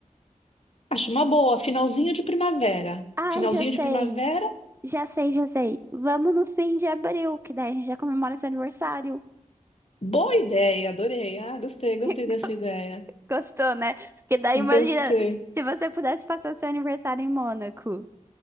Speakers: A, on the left (about 50°); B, on the right (about 20°).
A: Acho uma boa. Finalzinho de primavera.
B: Ai,
A: Finalzinho
B: já sei.
A: de primavera.
B: Já sei, já sei. Vamos no fim de abril, que daí a gente já comemora seu aniversário.
A: Boa ideia, adorei. Ah, gostei, gostei
B: <laughs>
A: dessa ideia.
B: Gostou, né? Porque daí imagina
A: Gostei.
B: se você pudesse passar seu aniversário em Mônaco.